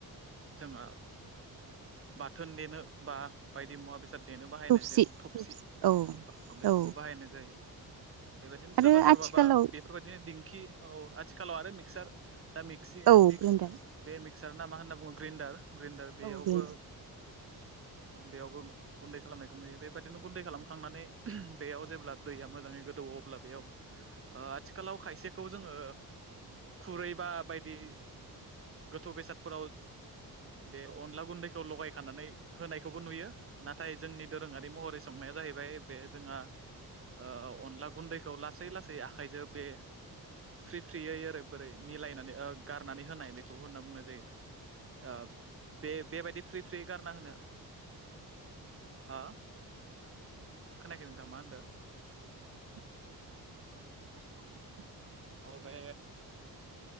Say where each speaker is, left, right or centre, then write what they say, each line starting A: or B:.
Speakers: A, on the right; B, on the right.
A: जोंहा बाथोन देनो बा बायदि मुवा बेसाद देनो बाहायनाय
B: थौसि
A: जायो थबसि
B: थौसि औ
A: बेखौबो
B: औ
A: बाहायनाय जायो बेबायदिनो
B: आरो
A: सोरबा सोरबा
B: आथिखालाव
A: बा बेफोरबायदिनो दिंखि औ आथिखालाव आरो मिक्सार दा मिक्सि
B: औ
A: मिक्स
B: ग्रेन्डार
A: बे मिक्सार ना मा होन्ना बुङो ग्रिनडार ग्रिनडार बेयावबो
B: औ दे
A: बेयावबो गुन्दै खालामनायखौ नुयो बेबायदिनो गुन्दै खालामखांनानै बेयाव जेब्ला दैया मोजाङै गोदौवो अब्ला बेयाव ओ आथिखालाव खायसेखौ जोङो खुरै बा बायदि गोथौ बेसादफोराव बे अनला गुन्दैखौ लगायखानानै होनायखौबो नुयो नाथाय जोंनि दोरोङारि महरै संनाया जाहैबाय बे जोंहा ओ अनला गुन्दैखौ लासै लासै आखाइजों बे फ्रि फ्रियै ओरै बोरै मिलायनानै गारनानै होनाय बेखौ होनना बुंनाय जायो। ओ बे बेबायदि फ्रि फ्रि गारना होनो हा खोनायाखै नोंथां मा होनदों औ बे